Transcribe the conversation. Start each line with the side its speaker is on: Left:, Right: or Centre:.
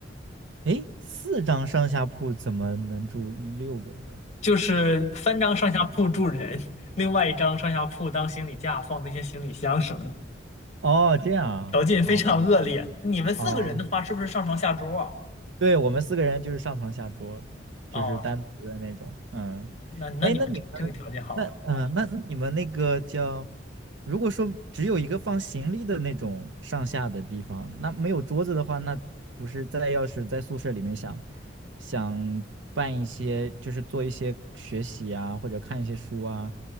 Right: 诶，四张上下铺怎么能住六个人？
Left: <laughs> 就是三张上下铺住人，另外一张上下铺当行李架放那些行李箱什么的，
Right: 哦，这样啊，
Left: 条件非常恶劣。
Right: 哦
Left: 你们四个人的话，
Right: 哦。
Left: 是不是上床下桌啊？
Right: 对，我们四个人就是上床下桌，就是单独的那种。
Left: 哦，
Right: 嗯，
Left: 那那你们这这个条件好，
Right: 哎，那你们，那嗯、呃那那你们那个叫，如果说只有一个放行李的那种上下的地方，那没有桌子的话，那不是在要是在宿舍里面想想办一些，就是做一些学习啊，或者看一些书啊，